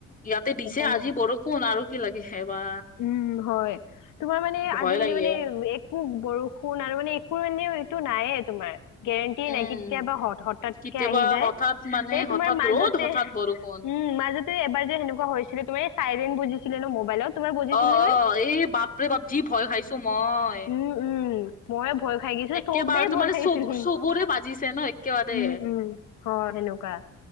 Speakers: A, on the left; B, on the left.
A: ইয়াতে দিছে
B: সেইকাৰণে
A: আজি বৰষুণ আৰু কি লাগে সে বা।
B: উম, হয় তোমাৰ মানে
A: ভয়
B: আজিকালি
A: লাগে
B: মানে এক। উব বৰষুণ আৰু মানে একো মানে এইটো নাইয়ে তোমাৰ। গেৰেণ্টিয়ে
A: উম
B: নাই কেতিয়াবা হঠাৎকে
A: কেতিয়াবা
B: আহি যায়,
A: হঠাৎ মানে
B: এই তোমাৰ
A: হঠাৎ
B: মাজতে
A: ৰ'দ হঠাৎ বৰষুণ
B: উম মাজতে। যে এবাৰ যে সেনেকুৱা হৈছিলে তোমাৰ এই চাইৰেন বজিছিলে ন মোবাইলত,। তোমাৰ বজিছিলে
A: অ-অ
B: নে
A: এই বাপ ৰে বাপ যি ভয় খাইছো মই।
B: উম উম। মইয়ে ভয় খাই গৈছো
A: একেবাৰতো
B: চবেই ভয়
A: মানে
B: খাই গৈছে
A: চব
B: চোন
A: চবৰে বাজিছে ন একেবাৰে
B: উম উম। অহ, সেনেকুৱা